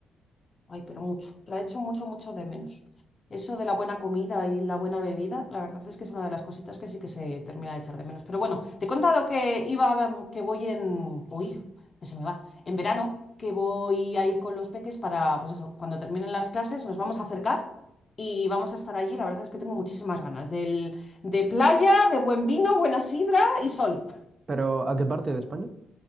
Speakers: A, on the left; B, on the right.
A: Ay, pero mucho. La echo mucho, mucho de menos. Eso de la buena comida y la buena bebida, la verdad es que es una de las cositas que sí que se termina de echar de menos. Pero bueno, te he contado que iba, mm, que voy en... Uy, que se me va. En verano, que voy a ir con los peques para, pues eso, cuando terminen las clases nos vamos a acercar y vamos a estar allí. La verdad es que tengo muchísimas ganas del, de playa, de buen vino, buena sidra y sol.
B: Pero, ¿a qué parte de España?